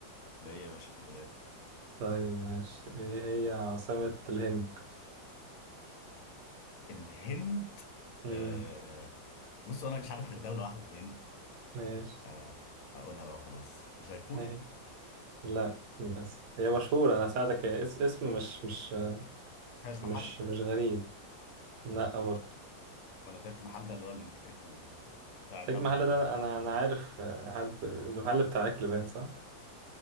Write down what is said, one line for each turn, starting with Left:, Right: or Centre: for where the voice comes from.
Left: ده ايه يا باشا في البلاد
Right: طيب ماشي ايه هي عاصمة الهند
Left: الهند
Right: مم.
Left: آه بص انا مش عارف غير دولة واحدة في الهند
Right: ماشي
Left: فهقولها بقى وخلاص جايبور
Right: ايه لا للأسف هي مشهورة أنا أساعدك هي اس... اسم مش مش
Left: تاج
Right: مش
Left: محل
Right: مش غريب لا برضه
Left: ولا تاج محل ده اللي هو المك... ال- بتاع المبنى
Right: تاج محل ده
Left: ده اللي
Right: أنا
Left: موجود
Right: أنا أنا عارف آه، حد المحل بتاع أكل باين صح؟